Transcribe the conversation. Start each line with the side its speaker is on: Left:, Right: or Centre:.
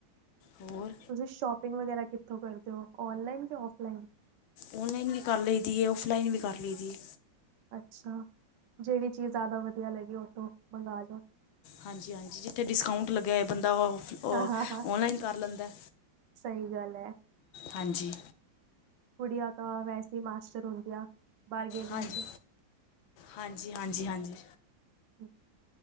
Left: ਹੋਰ?
Right: ਤੁਸੀਂ, ਸ਼ੋਪਿੰਗ ਵਗੈਰਾ ਕਿੱਥੋਂ ਕਰਦੇ ਹੋ? ਔਨਲਾਈਨ ਕਿ ਔਫਲਾਈਨ?
Left: ਔਨਲਾਈਨ ਵੀ ਕਰ ਲਈਦੀ ਏ, ਆਫਲਾਈਨ ਵੀ ਕਰ ਲਈਦੀ ਏ
Right: ਅੱਛਾ, ਜਿਹੜੀ ਚੀਜ਼ ਜ਼ਿਆਦਾ ਵਧੀਆ ਲੱਗੀ, ਉਹ ਉਥੋਂ ਮੰਗਾ ਲਓ।
Left: ਹਾਂਜੀ-ਹਾਂਜੀ, ਜਿੱਥੇ ਡਿਸਕਾਊਂਟ ਲੱਗਿਆ, ਬੰਦਾ ਉਹ ਉਹ,
Right: ਹਾਂ ਹਾਂ ਹਾਂ
Left: ਔਨਲਾਈਨ ਕਰ ਲੈਂਦਾ,
Right: ਸਹੀ ਗੱਲ ਹੈ
Left: ਹਾਂਜੀ
Right: ਕੁੜੀਆਂ ਤਾਂ, ਵੈਸੇ ਹੀ ਮਾਸਟਰ ਹੁੰਦੀਆਂ। ਬਾਰਗੇਨਿੰਗ
Left: ਹਾਂਜੀ-
Right: ਚ
Left: ਹਾਂਜੀ, ਹਾਂਜੀ-ਹਾਂਜੀ।
Right: ਹੂੰ